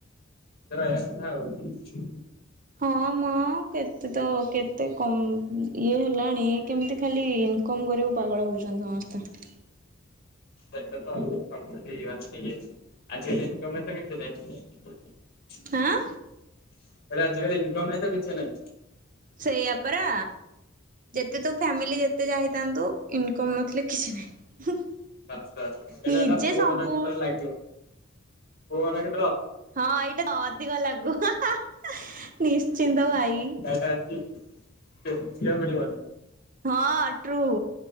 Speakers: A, on the left (about 50°); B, on the right (about 45°).
A: ତେ ରହିଆ କଥା ଆଉ।
B: ହଁ ମ କେତେ ତ କେତେ କମ୍ ଇଏ ହେଲାଣି କେମତି ଖାଲି କଁ କରିବୁ ପାଗଳ ହୋଉଚନ୍ତି ସମସ୍ତେ।
A: ସେଟା ତ ସବୁଠି ମାନେ ଇଏ ଆଜି ହେଲିନି ପେମେଟ୍ ଟା କିଛି ନାହିଁ। ମାନେ
B: ହାଁ
A: ଆଜିକାଲି ଇନକମ୍ ନାହିଁ ତ କିଛି ନାଇଁ।
B: ସେଇଆ ପରା। ଯେତେ ତୋ ଫ୍ୟାମିଲି ଯେତେ ଯାହା ହେଇଥାନ୍ତୁ ଇନକମ୍ ନଥିଲେ କିଛି ନାହିଁ।
A: ବାସ୍ ବାସ୍
B: ନିଜେ
A: ଏଟା ହେଲା ପୁଅମାନଙ୍କ
B: ସବୁବେଳେ
A: କ୍ଷେତ୍ରରେ ଲାଗିବ ପୁଅ ମାନଙ୍କ କ୍ଷେ
B: ହଁ ଏଇଟା ଅଧିକ ଲାଗୁ ନିଶ୍ଚିନ୍ତ ଭାଇ।
A: ତା ଟା ଆସି ଯେ ସିଏ ଆଉ ମିଳିିବନି।
B: ହଁ ଟ୍ରୁ